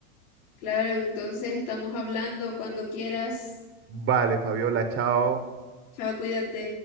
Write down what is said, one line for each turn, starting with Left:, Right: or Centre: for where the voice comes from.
Left: Claro, entonces estamos hablando cuando quieras.
Right: Vale, Fabiola, chao.
Left: Chao, cuídate.